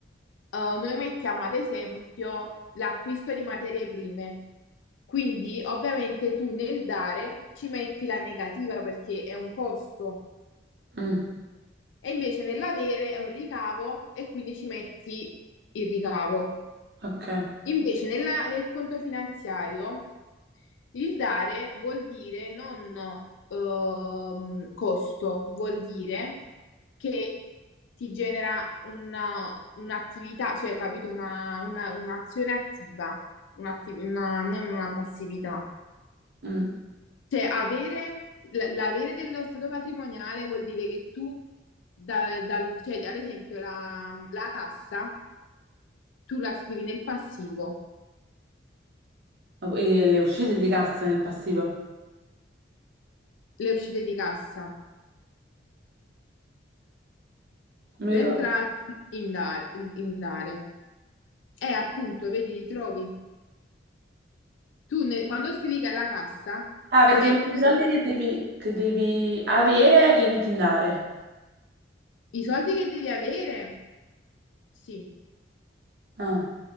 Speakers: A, on the left (about 85°); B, on the right (about 60°).
A: eh, noi mettiamo ad esempio l'acquisto di materie prime, quindi ovviamente tu nel dare ci metti la negativa perché è un costo
B: Mm,
A: e invece nell'avere è un ricavo e quindi ci metti il ricavo.
B: ok.
A: Invece nella- nel conto finanziario Il dare vuol dire non ehm, costo, vuol dire che ti genera una- un'attività, cioè capito, una, una- un'azione attiva, un'atti- una- non una passività.
B: Mm.
A: Cioè avere, l- l'avere dello stato patrimoniale vuol dire che tu, da- dal- cioè, ad esempio la, la cassa, tu la scrivi nel passivo,
B: E le uscite di cassa nel passivo?
A: le uscite di cassa,
B: Non
A: le
B: mi ricordo.
A: entrate in dare, in dare. Eh, appunto, vedi, li trovi. Tu ne- quando scrivi che alla cassa
B: Ah, perché
A: metti
B: i soldi che devi, che devi avere li metti in dare.
A: i soldi che devi avere, sì,
B: Ah.